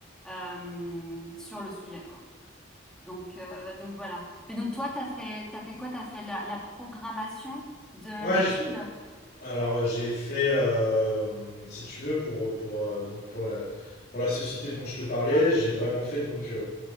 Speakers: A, in the centre; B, on the left.
A: euh, sur le sujet, quoi. Donc, euh, donc voilà. Et donc toi, t'as fait, t'as fait quoi? T'as fait la, la programmation de
B: Ouais,
A: l'étude?
B: je- alors euh, j'ai fait, euh, si tu veux, pour pour euh, donc pour la pour la société dont je te parlais, j'ai vraiment fait donc euh,